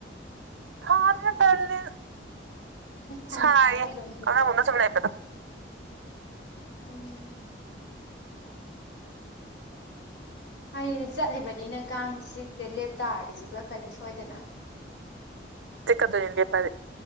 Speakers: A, on the right; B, on the left.
A: ꯊꯥꯔꯅꯦ ꯇꯅꯤ
B: ꯐꯝ
A: ꯁꯥꯏꯌꯦ
B: ꯊꯥꯔꯒ ꯑꯗꯨꯝ ꯍꯤꯞꯄꯨ
A: ꯀꯅ ꯑꯣꯅ
B: ꯀꯩꯅꯣ
A: ꯁꯅꯄꯗ
B: ꯎꯝ ꯍꯥꯏ ꯆꯠꯂꯤꯕꯅꯤꯅ ꯀꯥꯡꯁꯦ ꯆꯤꯛꯇꯦ ꯂꯦꯞꯇꯥꯥꯔꯗꯤ ꯆꯤꯛꯂꯛꯀꯅꯤ ꯁꯣꯏꯗꯅ
A: ꯆꯤ ꯀꯗꯨꯣ ꯑꯣꯏꯅꯗꯤꯄꯥꯗꯤ